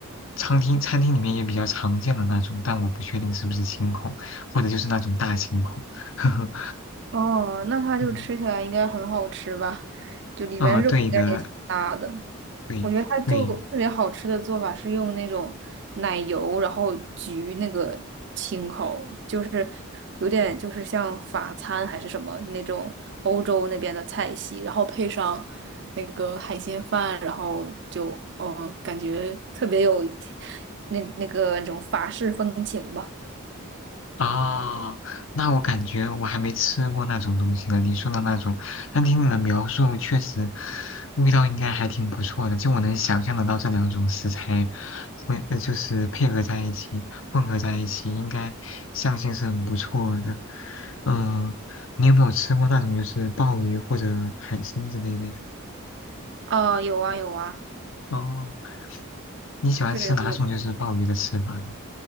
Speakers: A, on the left; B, on the right.
A: 餐厅餐厅里面也比较常见的那种，但我不确定是不是清孔，或者就是那种大青孔。<laughs>
B: 哦，那它就吃起来应该很好吃吧？
A: 嗯，
B: 就里边肉应该也挺大的。
A: 呃，对的，对对，
B: 我觉得它就特别好吃的做法是用那种奶油，然后焗那个青口，就是有点就是像法餐还是什么那种欧洲那边的菜系，然后配上那个海鲜饭，然后就哦感觉特别有那那个那种法式风情吧。
A: 啊，那我感觉我还没吃过那种东西呢。你说的那种，但听你的描述，确实味道应该还挺不错的。就我能想象得到这两种食材会，呃就是配合在一起、混合在一起，应该相性是很不错的。嗯，你有没有吃过那种就是鲍鱼或者海参之类的呀？
B: 啊，有啊有啊，
A: 哦，你喜欢吃哪种就是鲍鱼的吃法呢
B: 对，我